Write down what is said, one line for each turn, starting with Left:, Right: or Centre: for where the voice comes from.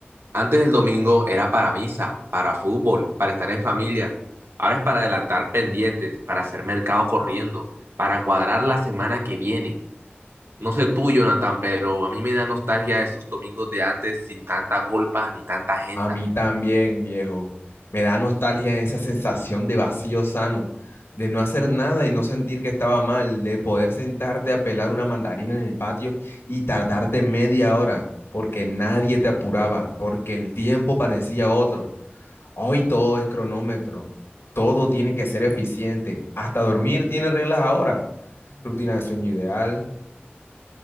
Right: Antes el domingo era para misa, para fútbol, para estar en familia. Ahora es para adelantar pendientes, para hacer mercado corriendo, para cuadrar la semana que viene. No sé tú, Jonathan, pero a mí me da nostalgia esos domingos de antes sin tanta culpa ni tanta agenda.
Left: A mí también, viejo. Me da nostalgia esa sensación de vacío sano, de no hacer nada y no sentir que estaba mal, de poder sentarte a pelar una mandarina en el patio y tardarte media hora, porque nadie te apuraba, porque el tiempo parecía otro. Hoy todo es cronómetro, todo tiene que ser eficiente, hasta dormir tiene reglas ahora. Rutina de sueño ideal,